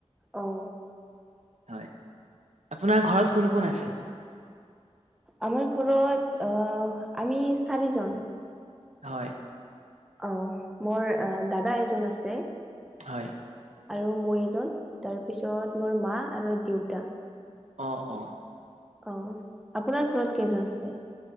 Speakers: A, in the centre; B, on the right.
A: আহ।
B: হয়, আপোনাৰ ঘৰত কোন কোন আছে?
A: আমাৰ ঘৰত আহ আমি চাৰিজন।
B: হয়।
A: অ, মোৰ দাদা এজন আছে।
B: হয়।
A: আৰু মই এজন, তাৰপিছত মোৰ মা আৰু দেউতা।
B: অ অ
A: অ, আপোনাৰ ঘৰত কেইজন আছে?